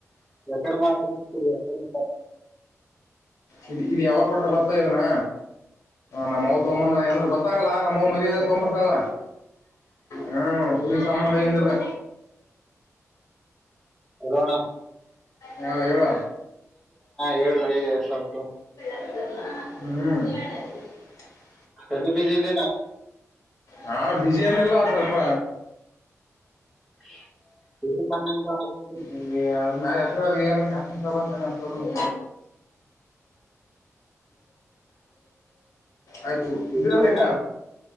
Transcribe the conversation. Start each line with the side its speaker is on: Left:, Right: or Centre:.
Centre: ಎಡೆ ಮಾತಾಡ ಎ <unintelligible>
Left: ಇ ಇದು ಯಾವಾಗ ಕೊಟ್ರ ಗೊತ್ತಾ ಇದನ್ನ ನಮ್ ಅವ್ವ ತಗೊ ಬಂದಾಳ ಅಂದ್ರ ಗೊತ್ತಾಗಲ್ಲಾ ನಮ್ಮ್ವ್ ಮದಾಗ ತೊಗ್ ಬರ್ತಾಳ. ಹ್ಮ್ ಪುಲೀಸ್ ಸಾಮನ್ ಎಂದಿದೆ.
Centre: ಹಲ್ಲೋಣ
Left: ಹಾ ಹೇಳ
Centre: ಹೇಳ್ರಿ ಸ್ವಲ್ಪ.
Left: <inaudible>
Centre: <unintelligible>
Left: ಹಾ ಬಿಸಿಹೇನಿಲ್ಲ ಸ್ವಲ್ಪ.
Centre: <inaudible>
Left: ಈ ನಾ ಹೆಸರ ಕಾಾಸನ್ ಸಾಬ ಅಂತ ಹಸ. <unintelligible> ಆಯ್ತು ಉದ್ದಿರ್ರ
Centre: ಇದೆ
Left: ಈಗ